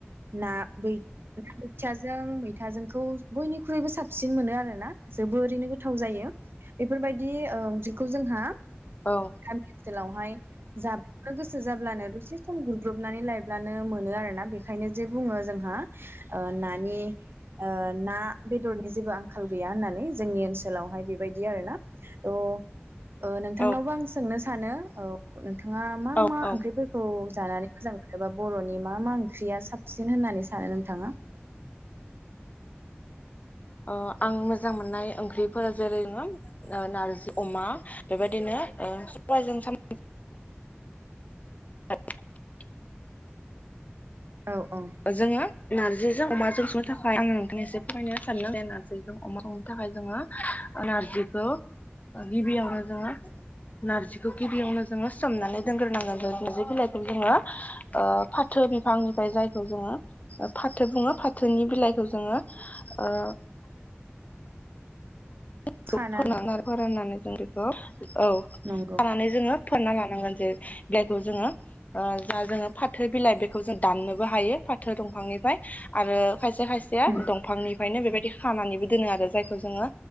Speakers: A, on the right (about 60°); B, on the left (about 35°).
A: ना बै। बोथियाजों मैथाजोंखौ बयनिख्रुइबो साबसिन मोनो आरोना जोबोरैनो गोथाव जायो बेफोरबायदि बे ओ ओंख्रिखौ जोंहा
B: औ
A: गामि ओनसोलावहाय। जानो गोसो जाब्लानो दसे सम गुरब्रबनानै लायब्लानो मोनो आरोना बेखायनो। जे बुङो जोंहा। ओ नानि ओ ना बेदरनि जेबो आंखाल गैया होननानै जोंनि ओनसोलावहाय बेबायदि आरोना थह ओ नोंथांनावबो
B: औ
A: आं सोंनो सानो औ। नोंथाङा मा
B: औ
A: मा
B: औ
A: ओंख्रिफोरखौ जानानै मोजां मोनोबा बर'नि। मा मा ओंख्रिया साबसिन होननानै सानो नोंथांआ।
B: अ आं मोजां मोननाय ओंख्रिफोर जेरै <unintelligible> ओ नारजि अमा बेबायदिनो ओ सबायजों साम <unintelligible>
A: औ औ
B: जोङो नारजि। जों अमाजों संनो थाखाय आङो नोंथांनो एसे फोरमायनो सानदों नारजिजों अमा संनो थाखाय जोङो ओ नारजिखौ ओ गिबियावनो जोङो नारजिखौ गिबियावनो जोङो सोमनानै दोनग्रोनांगोन जों जे बिलाइखौ जोङो ओ फाथो बिफांनिफ्राय जाय जोङो फाथो बुङो फाथोनि बिलाइखौ जोङो ओ <unintelligible> जों
A: खानानै
B: बेखौ। औ
A: नंगौ
B: खानानै जोङो। फोनना लानांगोन जे जायखौ जोङो ओ बा जोङो फाथो बिलाइ बेखौ जों दाननोबो हायो फाथो दंफांनिफ्राय आरो खायसे खायसेया
A: उम
B: दंफांनिफायनो बेबायदि बि खानानैबो दोनो आरो जायखौ जोंङो